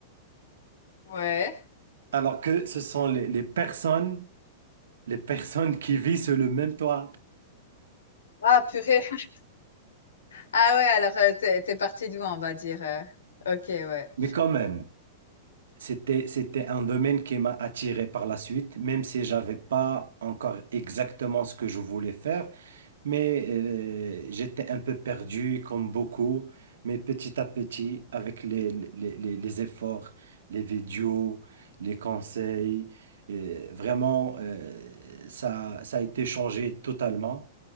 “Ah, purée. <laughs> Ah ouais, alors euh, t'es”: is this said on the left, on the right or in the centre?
Left